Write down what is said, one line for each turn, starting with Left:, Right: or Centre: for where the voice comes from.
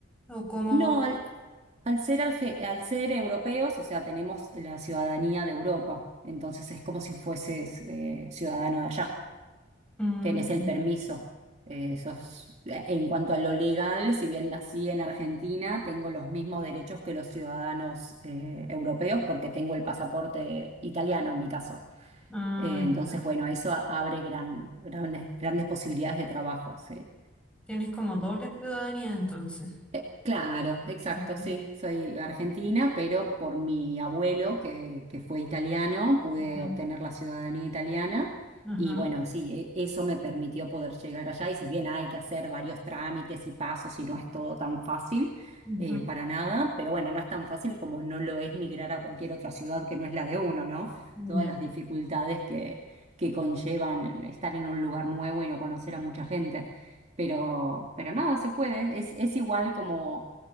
Centre: o como...
Right: No, al, al ser, arge- al ser europeos, o sea, tenemos la ciudadanía de Europa, entonces es como si fueses eh, ciudadano de allá.
Centre: Mm,
Right: tenés el permiso. Eh, sos- eh, en cuanto a lo legal, si bien nací en Argentina, tengo los mismos derechos que los ciudadanos eh, europeos porque tengo el pasaporte italiano en mi caso.
Centre: ah,
Right: Eh, entonces,
Centre: ya.
Right: bueno, eso abre gran, grandes, grandes posibilidades de trabajo, sí.
Centre: Tienes como doble ciudadanía entonces.
Right: Eh, Claro, exacto,
Centre: Ujú,
Right: sí, soy argentina, pero por mi abuelo, que, que fue italiano, pude
Centre: ya.
Right: obtener la ciudadanía italiana
Centre: Ajá.
Right: y bueno, sí, e- eso me permitió poder llegar allá y si bien hay que hacer varios trámites y pasos y no es todo tan fácil,
Centre: ujú,
Right: eh, para nada, pero bueno, no es tan fácil como no lo es migrar a cualquier otra ciudad que no es la de uno, ¿no?
Centre: Ya.
Right: Todas las dificultades que, que conllevan estar en un lugar nuevo y no conocer a mucha gente. Pero, pero nada, se puede. Es, es igual como